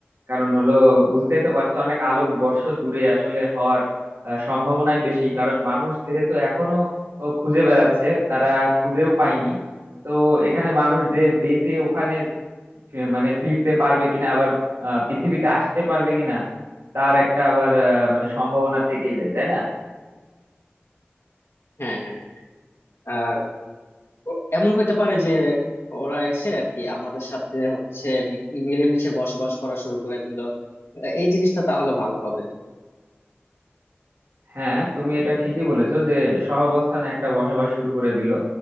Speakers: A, on the right; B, on the left.
A: কারণ হলো বুঝতেই তো পারছো অনেক আলোক বর্ষ দূরে আসলে হওয়ার আহ, সম্ভাবনাই বেশি কারণ মানুষ যেহেতু এখনো ও খুঁজে বেড়াচ্ছে তারা খুঁজেও পায়নি তো এখানে মানুষ যে বেঁচে ওখানে ফি- মানে ফিরতে পারবে কিনা আবার আহ, পৃথিবীতে আসতে পারবে কিনা তার একটা আবার আহ, মানে সম্ভাবনা থেকেই যায় তাই না
B: হ্যাঁ হ্যাঁ আর ও- এমন হতে পারে যে ওরা এসে আর কি আমাদের সাথে হচ্ছে উম মিলেমিশে বসবাস করা শুরু করে দিল আহ, এই জিনিসটা তাহলে ভালো হবে
A: হ্যাঁ তুমি এটা ঠিকই বলেছো যে সহাবস্থানে একটা বসবাস শুরু করে দিল